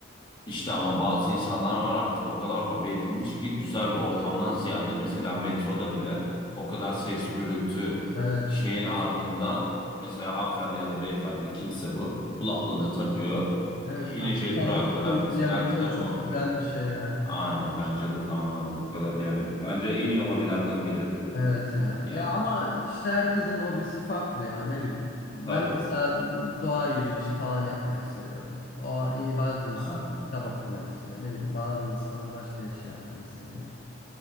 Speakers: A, on the left; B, on the left.
A: İşte ama bazı insanlar var artık o kadar hobi edinmiş ki güzel bir ortamdan ziyade mesela metroda bile o kadar ses, gürültü
B: Evet.
A: şeyin ardında mesela hanımefendi ya da beyefendi kimse bu kulaklığını takıyor.
B: Evet
A: ineceği
B: kanka. Kendini
A: durağa kadar
B: soyutlayabilmek
A: mesela kitabını
B: çok
A: okuyor.
B: güzel bir şey yani.
A: Aynen bence de tamamen o kadar yani bence en iyi hobilerden biri
B: Evet ya.
A: yani
B: Ya ama işte herkesin hobisi farklı ya ne bileyim. Ben
A: tabii.
B: mesela doğa yürüyüşü falan yapmayı seviyorum. O bazı insanlar
A: Aa.
B: kitap okumayı seviyor. Ne bileyim bazı insanlar başka şey yapmayı seviyor.